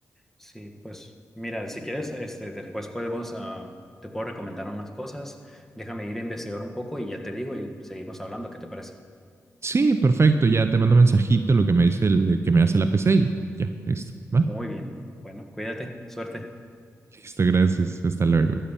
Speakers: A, in the centre; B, on the right.
A: Sí, pues mira, si quieres, este, después podemos, ah, te puedo recomendar unas cosas. Déjame ir a investigar un poco y ya te digo y seguimos hablando, ¿qué te parece?
B: Sí, perfecto, ya te mando mensajito lo que me dice el, el que me hace la PC y ya, listo, ¿va?
A: Muy bien. Bueno, cuídate, suerte.
B: Listo, gracias, hasta luego.